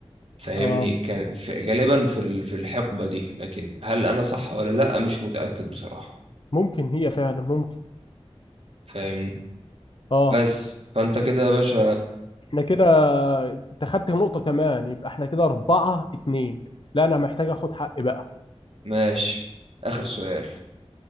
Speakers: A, on the right; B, on the left.
A: فاهمني
B: اه
A: كان في غالبا في ال- في الحقبة دي لكن هل أنا صح ولا لأ مش متأكد بصراحة
B: ممكن هي فعلا ممكن
A: فاهمني
B: اه
A: بس فأنت كده يا باشا
B: احنا كده انت خدت نقطه كمان يبقى احنا كده اربعة اتنين لا انا محتاج اخد حقي بقى
A: ماشي آخر سؤال